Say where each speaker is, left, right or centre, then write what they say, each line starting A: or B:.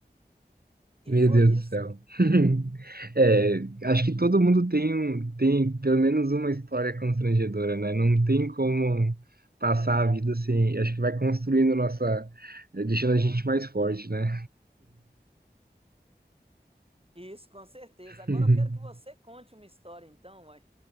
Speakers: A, on the right; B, on the right.
A: e
B: Meu
A: foi
B: Deus do
A: isso.
B: céu. <laughs> É, acho que todo mundo tem, um- tem pelo menos uma história constrangedora, né? Não tem como passar a vida sem. Acho que vai construindo nossa. eh, Deixando a gente mais forte, né?
A: Isso, com certeza.
B: <laughs>
A: Agora eu quero que você conte uma história, então, uai.